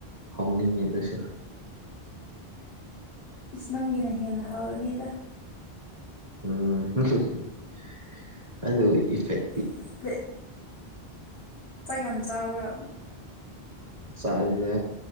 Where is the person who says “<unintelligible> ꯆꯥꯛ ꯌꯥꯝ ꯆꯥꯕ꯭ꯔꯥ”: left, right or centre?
Left